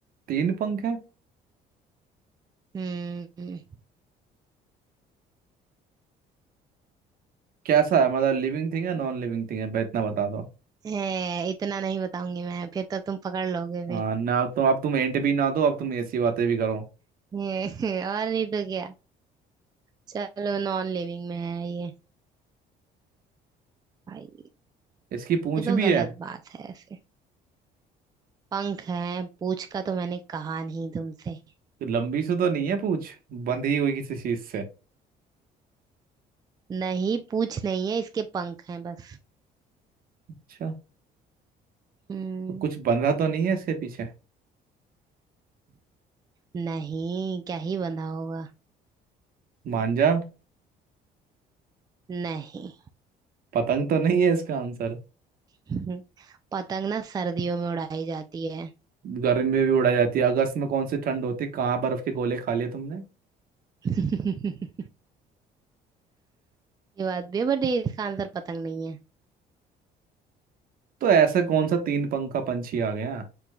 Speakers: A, on the right; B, on the right.
A: तीन पंख है
B: हम्म
A: कैसा है मतलब लिविंग थिंग है नॉन लिविंग थिंग है भाई इतना बता दो
B: ए, इतना नहीं बताऊंगी मैं फिर तो तुम पकड़ लोगे फिर
A: हाँ ना तो अब तुम एंट भी ना दो अब तुम ऐसी बातें भी करो
B: <laughs> और नहीं तो क्या चलो नॉन लिविंग में है ये भाई
A: इसकी पूंछ
B: ये तो
A: भी
B: गलत
A: है
B: बात है ऐसे पंख हैं पूछ का तो मैंने कहा नहीं तुमसे
A: लंबी से तो नहीं है पूछ बंधी हुई किसी चीज से
B: नहीं पूछ नहीं है इसके पंख हैं बस
A: अच्छा
B: हम्म
A: तो कुछ बंधा तो नहीं है इसके पीछे
B: नहीं क्या ही बंधा होगा
A: मांझा
B: नहीं
A: पतंग तो नहीं है इसका आंसर
B: <laughs> पतंग ना सर्दियों में उड़ाई जाती है
A: गर्मी में भी उड़ा जाती है अगस्त में कौन सी ठंड होती है कहाँ बर्फ के गोले खा लिए तुमने
B: <laughs> ये बात भी है बट ये इसका आंसर पतंग नहीं है
A: तो ऐसा कौन सा तीन पंखा पंछी आ गया